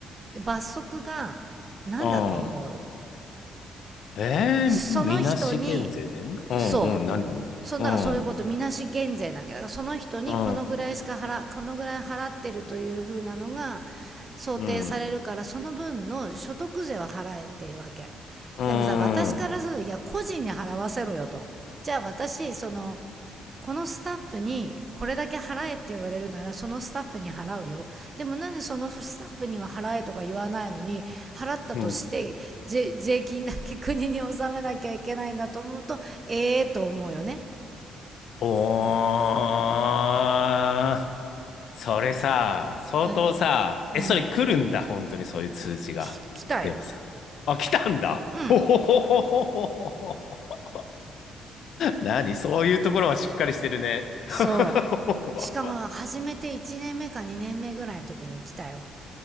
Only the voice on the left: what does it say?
うん、うん。ええみなし減税だよね。
うん、
うん、何うん、うん、
うん、うん、
うん。
おー、それさ、相当さ、
え、それ来るんだ、本当にそういう通知が。
でもさ、あ、来たんだ。
ほほほほほほほ。何そういうところはしっかりしてるね。<laughs>